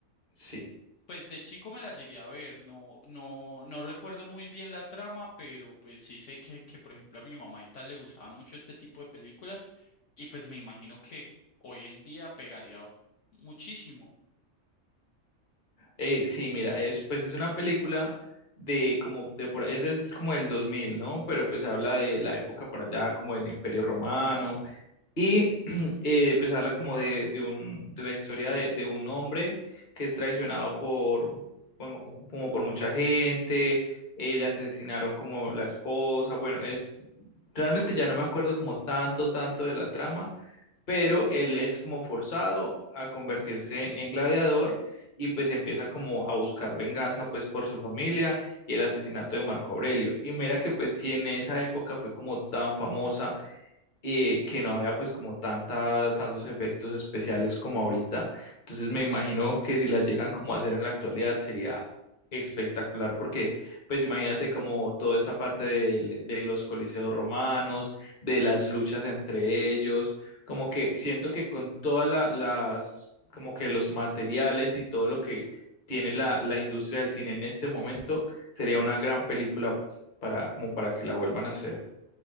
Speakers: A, on the left; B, on the left.
A: sí,
B: pues de chico me la llegué a ver, no, no, no recuerdo muy bien la trama, pero pues sí sé que, que, por ejemplo, a mi mamá y tal le gustaban mucho este tipo de películas y pues me imagino que hoy en día pegaría muchísimo.
A: eh, sí, mira, es pues es una película de como de por es de, como del 2000, ¿no? Pero pues habla de la época por allá como del Imperio Romano Y <clears throat> eh, pues habla como de, de un, de la historia de, de un hombre que es traicionado por, bueno, como, como por mucha gente, eh, le asesinaron como la esposa, bueno, es, realmente ya no me acuerdo como tanto, tanto de la trama, pero él es como forzado a convertirse en gladiador y pues empieza como a buscar venganza pues por su familia y el asesinato de Marco Aurelio. Y mira que pues si en esa época fue como tan famosa eh, que no había pues como tantas, tantos efectos especiales como ahorita. Entonces me imagino que si las llegan como a hacer en la actualidad sería espectacular porque pues imagínate como toda esta parte del- de, los coliseos romanos, de las luchas entre ellos, como que siento que con todas la- las, como que los materiales y todo lo que tiene la, la industria del cine en este momento, sería una gran película para, como para que la vuelvan a hacer.